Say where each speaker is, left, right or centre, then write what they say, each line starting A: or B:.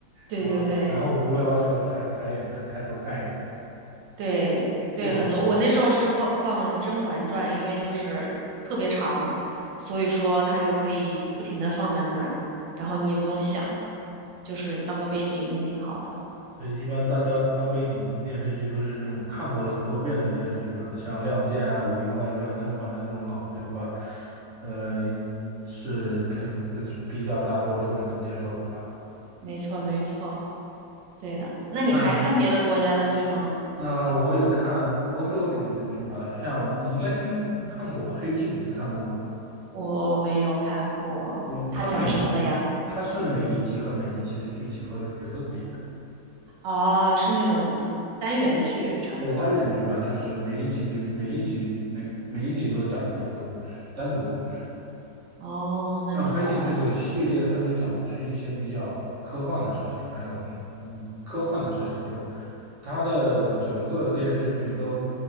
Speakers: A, on the right; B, on the right.
A: 对对对
B: 然后然后无聊的时候抬抬眼看抬头看一眼，
A: 对对，
B: 这个。
A: 很多我那时候是放放《甄嬛传》，因为就是特别长，所以说它就可以不停的放在那儿，然后你也不用想，就是当个背景音挺好的。
B: 对，一般大家当背景音的电视剧都是这种看过了很多遍的电视剧了，像《亮剑》啊、《武林外传》《甄嬛传》这种老剧的话，呃，应是可以的比较大多数人能接受的吧。
A: 没错，没错，对的。那你还看别的国家的剧吗？
B: 那你那我有看欧洲那边的剧吧，像我你应该听看过吧，《黑镜》你看过吗？
A: 我没有看过，
B: 嗯，它每一
A: 它讲什么的呀？
B: 它是每一集和每一集的剧情和主角都不一样。
A: 哦，是那种单元剧，差不多。
B: 对，单元剧吧，就是每一集就每一集每每一集都讲了一个故事，单独的故事。
A: 哦，那挺好玩的。
B: 像《黑镜》这个系列，它就讲的是一些比较科幻的事情，还有嗯科幻的事情就，它的整个电视剧都